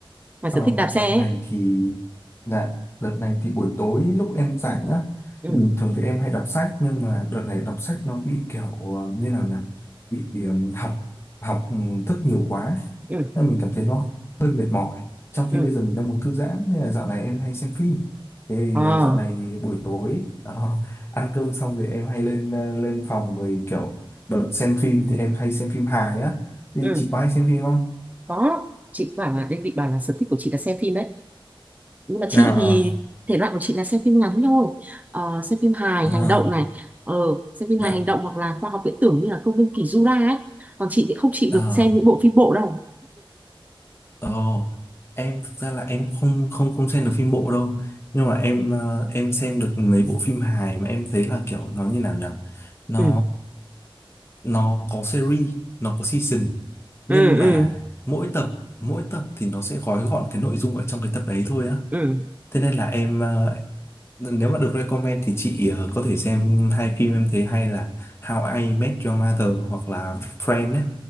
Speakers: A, on the right (about 15°); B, on the left (about 25°).
A: Ngoài
B: Ờ,
A: sở thích đạp xe
B: đợt
A: ấy.
B: này thì dạ đợt này thì buổi tối lúc em rảnh nhá
A: Ừ,
B: thì bình thường thì em hay đọc sách nhưng mà đợt này đọc sách nó bị kiểu ờ, như nào nhỉ bị ừm, học học ừm, thức nhiều quá
A: ừ,
B: nên mình cảm thấy nó hơi mệt mỏi trong
A: ừ.
B: khi bây giờ mình đang muốn thư giãn nên là dạo này em hay xem phim thế
A: À,
B: ờ, dạo này buổi tối đó, <laughs> ăn cơm xong thì em hay lên ờ, lên phòng rồi kiểu bật xem phim thì em hay xem phim hài á thì
A: ừ,
B: chị có hay xem phim không?
A: có. Chị bảo là, Đinh định bảo là sở thích của chị là xem phim đấy. Nhưng mà chị
B: à,
A: thì thể loại của chị là xem phim ngắn thôi. Ờ, xem phim hài,
B: à,
A: hành động này. Ờ, xem phim
B: dạ
A: hài, hành động hoặc là khoa học viễn tưởng như là công viên Kỳ Jura ấy. Còn chị thì không chịu
B: à.
A: được xem những bộ phim bộ đâu.
B: Ồ, em thực ra là em không không không xem được phim bộ đâu nhưng mà em ờ, em xem được mấy bộ phim hài mà em thấy là kiểu nó như nào nhở nó
A: Ừ,
B: nó có series nó có season nhưng
A: ừ, ừ,
B: mà mỗi tập mỗi tập thì nó sẽ gói gọn cái nội dung ở trong cái tập đấy thôi á
A: ừ,
B: thế nên là em ờ, nếu mà được recommend thì chị ờ, có thể xem hai phim em thấy hay là How I Met Your Mother hoặc là Friends á